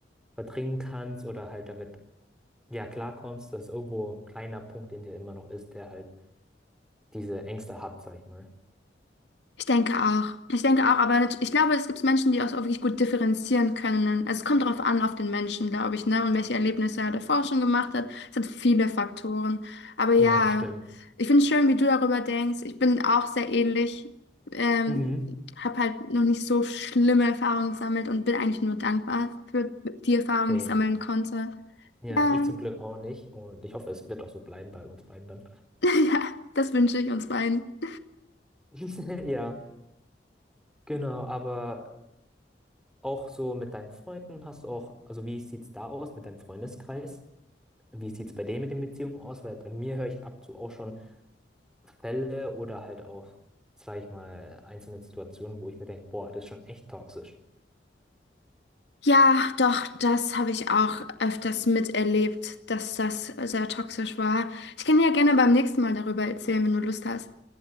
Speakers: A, in the centre; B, on the left.
A: verdrängen kannst oder halt damit, ja, klarkommst, dass irgendwo ein kleiner Punkt in dir immer noch ist, der halt diese Ängste hat, sag ich mal.
B: Ich denke auch. Ich denke auch, aber nat- ich glaube, es gibt Menschen, die auch so wirklich gut differenzieren können. Also es kommt darauf an, auf den Menschen, glaube ich, ne? Und welche Erlebnisse er davor schon gemacht hat. Es hat viele Faktoren. Aber ja,
A: Ja, das stimmt.
B: ich finde es schön, wie du darüber denkst. Ich bin auch sehr ähnlich. Ähm,
A: Mhm.
B: habe halt noch nicht so schlimme Erfahrungen gesammelt und bin eigentlich nur dankbar für die Erfahrungen,
A: Same.
B: die ich sammeln konnte.
A: Ja,
B: Ja.
A: ich zum Glück auch nicht und ich hoffe, es wird auch so bleiben bei uns beiden dann.
B: <laughs> Ja, das wünsche ich uns beiden.
A: <laughs> Ja, genau, aber auch so mit deinen Freunden hast du auch, also wie sieht's da aus mit deinem Freundeskreis? Wie sieht's bei denen mit den Beziehungen aus? Weil bei mir höre ich ab und zu auch schon Fälle oder halt auch, sag ich mal, einzelne Situationen, wo ich mir denke, boah, das ist schon echt toxisch.
B: Ja, doch, das habe ich auch öfters miterlebt, dass das sehr toxisch war. Ich kann dir ja gerne beim nächsten Mal darüber erzählen, wenn du Lust hast.